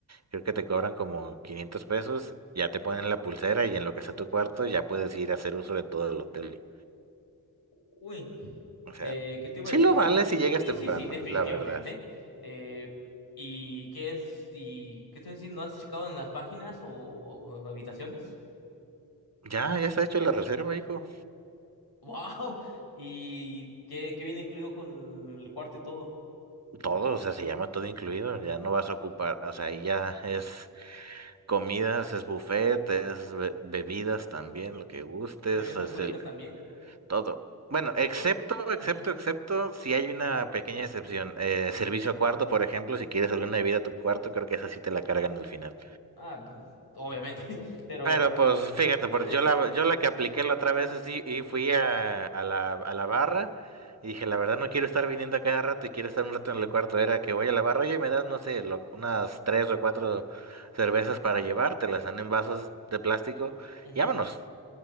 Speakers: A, on the right; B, on the left.
A: creo que te cobran como 500 pesos, ya te ponen la pulsera y en lo que sea tu cuarto ya puedes ir a hacer uso de todo el hotel.
B: uy.
A: O sea,
B: Eh, ¿qué te iba
A: sí
B: a decir?
A: lo vale
B: Y
A: si llegas
B: sí,
A: temprano,
B: sí, sí, definitivamente.
A: la verdad.
B: Eh, ¿y qué es? ¿Y qué te iba a decir? ¿No has checado en las páginas o o habitaciones?
A: Ya, ya está hecho la reserva, hijo.
B: Wow. ¿Y qué, qué viene incluido con el cuarto y todo?
A: Todo, o sea, se llama todo incluido, ya no vas a ocupar, o sea, ahí ya es comidas, es buffet, es be- bebidas también, lo que gustes,
B: ¿Bebidas
A: es
B: alcohólicas
A: el,
B: también?
A: Todo. Bueno, excepto,
B: Todo.
A: excepto,
B: Ujú.
A: excepto, si hay una pequeña excepción. Eh, servicio a cuarto, por ejemplo, si quieres alguna bebida a tu cuarto, creo que esa sí te la cargan al final.
B: Ah, pues, obviamente, <laughs> pero...
A: Pero pues fíjate, porque
B: eh,
A: yo la, yo la que apliqué la otra vez así y fui a, a la, a la barra y dije, la verdad no quiero estar viniendo a cada rato y quiero estar un rato en el cuarto. Era que voy a la barra, oye, me das, no sé, lo- unas tres o cuatro cervezas para llevar, te las dan en vasos de plástico
B: ujú.
A: y vámonos.